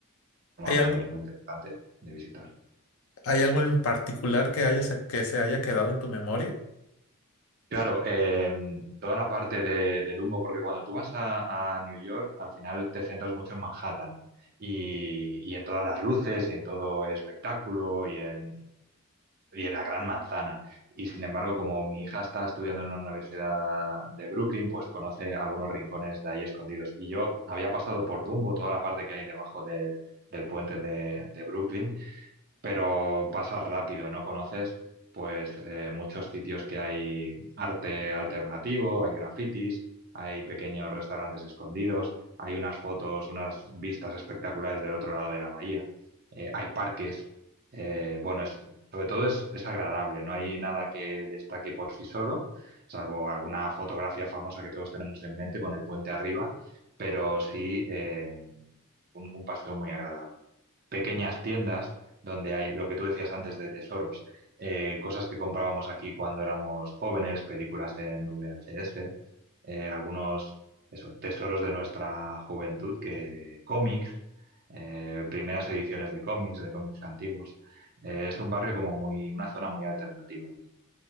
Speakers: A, on the right; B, on the left.
A: Una
B: ¿Hay
A: muy,
B: algo,
A: muy interesante de visitar.
B: hay algo en particular que haya que se haya quedado en tu memoria?
A: Claro, eh, toda la parte de, de Dumbo, porque cuando tú vas a, a New York, al final te centras mucho en Manhattan y, y en todas las luces y en todo el espectáculo y en, y en la gran manzana. Y sin embargo, como mi hija está estudiando en una universidad de Brooklyn, pues conoce algunos rincones de ahí escondidos. Y yo había pasado por Dumbo, toda la parte que hay debajo de- del puente de, de Brooklyn, pero pasas rápido, no conoces pues eh, muchos sitios que hay arte alternativo, hay grafitis, hay pequeños restaurantes escondidos, hay unas fotos, unas vistas espectaculares del otro lado de la bahía, eh, hay parques. eh, bueno, es- sobre todo es, es agradable, no hay nada que destaque por sí solo, salvo alguna fotografía famosa que todos tenemos en mente con el puente arriba, pero sí eh, un un paseo muy agradable pequeñas tiendas donde hay lo que tú decías antes de tesoros, eh, cosas que comprábamos aquí cuando éramos jóvenes, películas en VHS, eh, algunos eso, tesoros de nuestra juventud, que cómics, eh, primeras ediciones de cómics, de cómics antiguos. Eh, es un barrio como muy, una zona muy alternativa, muy